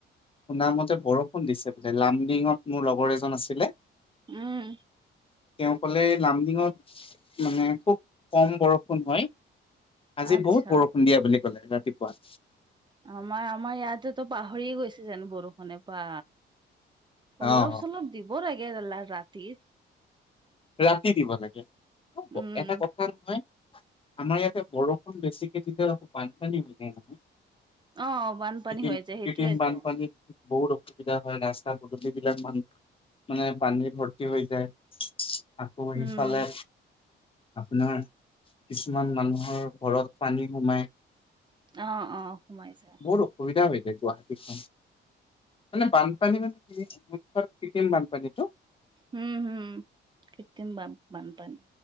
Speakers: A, on the left; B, on the right.
A: শুনা মতে বৰষুণ দিছে বোলে লামডিঙত মোৰ লগৰ এজন আছিলে।
B: উম।
A: তেওঁ ক'লে লামডিঙত মানে খুব কম বৰষুণ হয়। আজি
B: আচ্ছা
A: বহুত বৰষুণ দিয়া বুলি ক'লে ৰাতিপুৱা।
B: আমাৰ আমাৰ ইয়াতেতো পাহৰি গৈছে যেন বৰষুণে পা।
A: আহ
B: অলপ চলপ দিব লাগে দাল্লা ৰাতিত।
A: ৰাতি দিব লাগে,
B: উম
A: এটা কথ থা নহয়, আমাৰ ইয়াতে বৰষুণ বেছিকে তেতিয়া আক বানপানী হৈ যায় নহয়।
B: অ বানপানী
A: কৃত্ৰিম
B: হৈ যায় সেইটোয়েতো
A: বান্ধপানী। বহুত অসুবিধা হয় ৰাস্তা পদূলিবিলাক মান মানে পানী ভৰ্তি হৈ যায়। আকৌ
B: উম
A: সিফালে আপোনাৰ কিছুমান মানুহৰ ঘৰত পানী সোমাই।
B: অ অ সোমাই যা
A: বহুত অসুবিধা হৈ যায় গুৱাহাটীখন মানে বানপানী মান গিনিছ বহুতবাৰ কৃত্ৰিম বানপানী ত
B: হুম হুম কৃত্ৰিম বান বানপানী